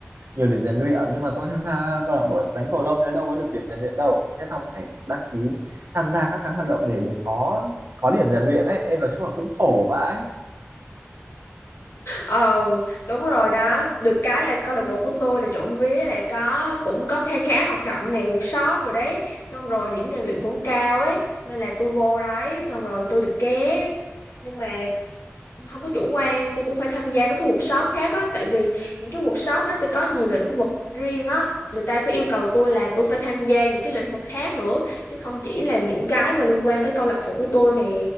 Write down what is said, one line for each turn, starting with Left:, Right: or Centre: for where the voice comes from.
Right: nhiều điểm rèn luyện nhưng mà tôi tham gia câu lạc bộ đánh cầu lông thế đâu có được điểm rèn luyện đâu thế xong phải đăng ký tham gia các cái hoạt động để để có có điểm rèn luyện ấy em nói chung là cũng khổ vãi
Left: Ờ đúng rồi đó, được cái là câu lạc bộ của tôi là trộm vía lại có cũng có khá khá hoạt động này, workshop rồi đấy. Xong rồi điểm rèn luyện cũng cao ấy, nên là tôi vô đấy xong rồi tôi được ké. Nhưng mà không có chủ quan tôi cũng phải tham gia mấy cái workshop khác á tại vì những cái workshop nó sẽ có nhiều lĩnh vực riêng á người ta phải yêu cầu tôi là tôi phải tham gia những cái lĩnh vực khác nữa chứ không chỉ là những cái mà liên quan tới câu lạc bộ của tôi nè